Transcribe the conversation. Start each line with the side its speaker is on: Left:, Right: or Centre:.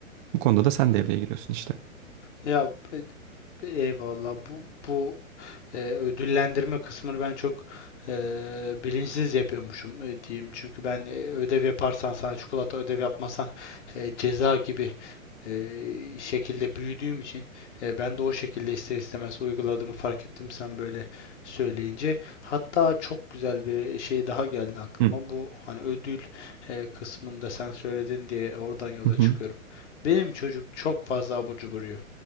Right: Bu konuda
Left: Hı
Right: da
Left: hı.
Right: sen devreye giriyorsun işte.
Left: Ya e, eyvallah bu bu e, ödüllendirme kısmını ben çok e, bilinçsiz yapıyormuşum e, diyeyim. Çünkü ben e, ödev yaparsan sana çikolata, ödev yapmasan e, ceza gibi e, şekilde büyüdüğüm için e, ben de o şekilde ister istemez uyguladığımı fark ettim sen böyle söyleyince. Hatta çok güzel bir şey daha geldi aklıma.
Right: Hı.
Left: Bu hani ödül e, kısmında sen söyledin diye oradan yola
Right: Hı
Left: çıkıyorum.
Right: hı.
Left: Benim çocuk çok fazla abur cubur yiyor.